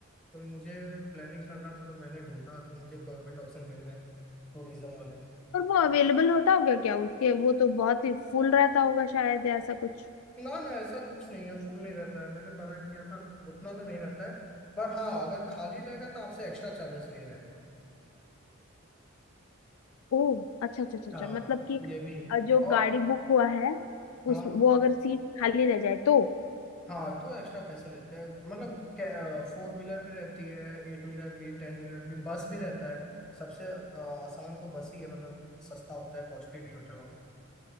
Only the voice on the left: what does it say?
और वो अवेलेबल होता होगा क्या उसके वो तो बहुत ही फुल रहता होगा शायद या ऐसा कुछ
ओ अच्छा अच्छा अच्छा अच्छा
मतलब कि
अ, जो
गाड़ी बुक हुआ है
उस वो अगर सीट खाली रह जाए तो